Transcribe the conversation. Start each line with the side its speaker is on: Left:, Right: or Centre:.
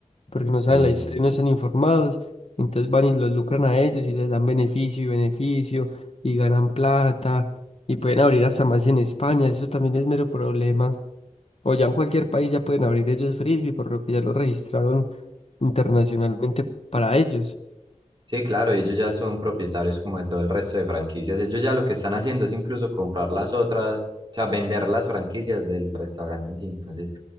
Left: porque no saben
Right: Sí,
Left: la historia
Right: sí.
Left: y no están informados, entonces van y los lucran a ellos y les dan beneficio y beneficio y ganan plata y pueden abrir hasta más en España, eso también es mero problema. O ya en cualquier país ya pueden abrir ellos frisbee, por lo que ya lo registraron internacionalmente para ellos.
Right: Sí, claro, y ellos ya son propietarios como de todo el resto de franquicias. Ellos ya lo que están haciendo es incluso comprar las otras, o sea, vender las franquicias del restaurante en sí. Entonces,